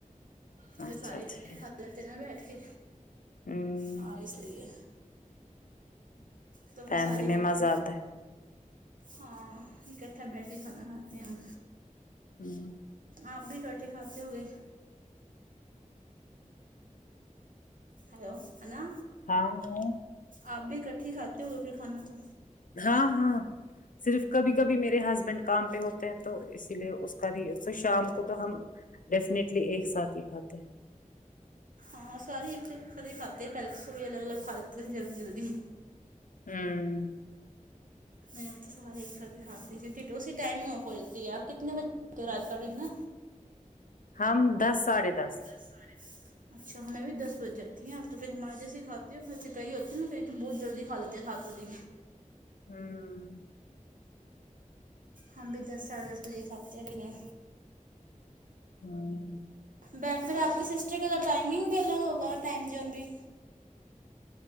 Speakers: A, on the right; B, on the left.
A: تو پھر
B: اچھا
A: سارے
B: اچھا
A: اکھٹے کھا لتے نہ بیٹھ کے
B: ہ
A: ہاں اس لیے تو پھر
B: فیملی
A: سارے
B: میں
A: اکھٹے
B: مزہ آتا
A: ہاں اکٹھا بیٹھ کے کھانا کھاتے ہیں
B: ہوں
A: آپ بھی اکھٹے کھاتے ہو گئے ہیلو ہیلو
B: ہاں ہاں
A: آپ بھی اکٹھے کھاتے ہوگئے کھانا تو
B: ہاں ہاں صرف کبھی کبھی میرے ہسبینڈ کام پہ ہوتے ہیں تو اسی لیے اس کا بھی شام کو تو ہم ڈیفنیٹلی ایک ساتھ ہی کھاتے ہیں
A: ہاں سارے سے کاتے پلس کوی بھی الگ الگ کھالتے جلدی جلدی
B: ہمم
A: میں آب تو سارے ایک سات کھاتی اسی ٹائم ہو جاتی ہے آپ کتنے بجے کھاتے ہو رات کاٹا
B: ہم دس ساڑھے دس
A: سارے دس اچھا ہمے بھی دس بج جاتی ہیں آپ تو پھر ہمار جسے کھاتے ہیں ویسے کہی ہوتے نا کہیں تو بہت جلدی کھا لیتے ہیں سات جی
B: ہمم
A: ہم بھی دس ساڑھے دس بجے کھاتے ہیں ڈنر
B: ہاں
A: بہن پھر آپ کے سسٹر کے تو ٹائمنگ بھی الگ ہوگا اور ٹائم جوون بھی